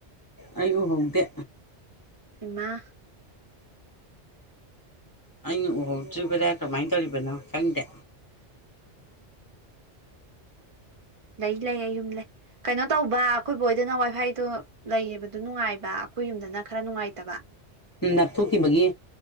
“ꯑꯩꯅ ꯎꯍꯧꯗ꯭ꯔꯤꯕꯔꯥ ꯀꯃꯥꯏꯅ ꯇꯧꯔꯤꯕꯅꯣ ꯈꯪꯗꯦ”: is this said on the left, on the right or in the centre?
Left